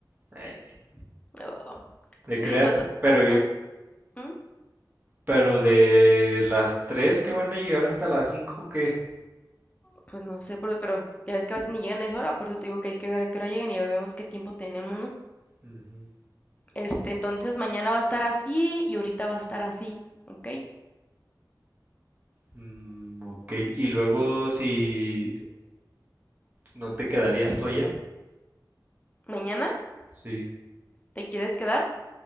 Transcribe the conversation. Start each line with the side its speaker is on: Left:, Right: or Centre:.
Right: Ay, sí.
Left: Ah,
Right: Te
Left: sí,
Right: creas,
Left: entonces,
Right: pero,
Left: en- ¿mm?
Right: pero de las tres que van a llegar hasta las cinco que...
Left: pues no sé, pero, pero ya ves que a veces ni llegan a esa hora, por eso te digo que hay que ver a qué hora llegan y ya vemos qué tiempo tenemos, ¿no?
Right: Ujú.
Left: Este, entonces mañana va a estar así y ahorita va a estar así, ¿ok?
Right: Mm, ok, y luego
Left: ¿Y
Right: si, ¿No te quedarías tú allá?
Left: mañana
Right: Sí.
Left: te quieres quedar?